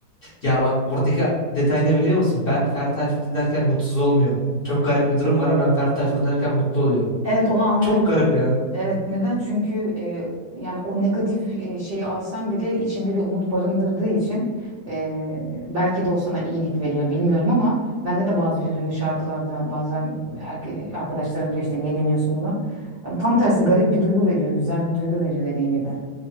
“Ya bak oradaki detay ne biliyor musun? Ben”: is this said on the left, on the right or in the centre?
Left